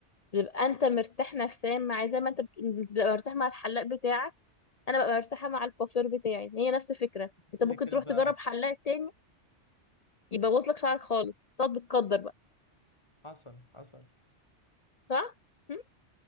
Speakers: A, on the left; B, on the left.
A: بيبقى انت مرتاح نفسيا مع زي ما انت بت- بتبقى مرتاح مع الحلاق بتاعك انا ببقى مرتاحه مع الكوافير بتاعي هي نفس الفكره انت
B: قول
A: ممكن
B: لك كده
A: تروح تجرب
B: فعلا
A: حلاق تاني يبوظ لك شعرك خالص تقعد بتقدر بقى
B: حصل حصل
A: صح م?